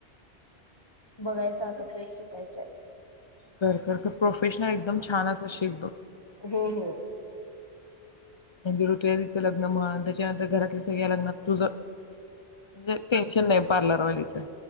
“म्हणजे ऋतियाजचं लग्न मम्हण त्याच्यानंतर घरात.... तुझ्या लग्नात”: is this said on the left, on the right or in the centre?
Left